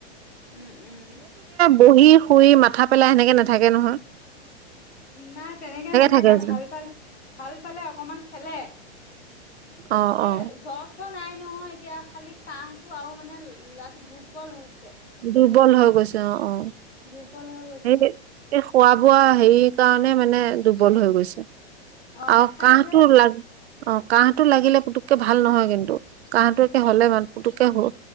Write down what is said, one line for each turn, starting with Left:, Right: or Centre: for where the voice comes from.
Left: উম উম।
Right: বহি শুই মাথা পেলাই সেনেকে নেথাকে নহয়।
Left: নাই তেনেকে নাথাকে
Right: থাকে যেন
Left: ভাল পাল ভাল পালে অকমান খেলে। তাৰপিছতে
Right: অ অ
Left: জ্বৰ চৰ নাই ন এতিয়া খালি কাহটো আৰু মানে ল'ৰাটো দুৰ্বল হৈছে।
Right: দুৰ্বল হৈ গৈছে অ অ
Left: দুৰ্বল হৈ গৈছে।
Right: সেই এই খোৱা বোৱা হেৰি কাৰণে মানে দুৰ্বল হৈ গৈছে
Left: অ
Right: আৰু
Left: নাখায়
Right: কাহটো
Left: যে।
Right: লাগ অ কাহটো লাগিলে পুতুককে ভাল নহয় কিন্তু কাহটো একে হলে মান পুতুকে হ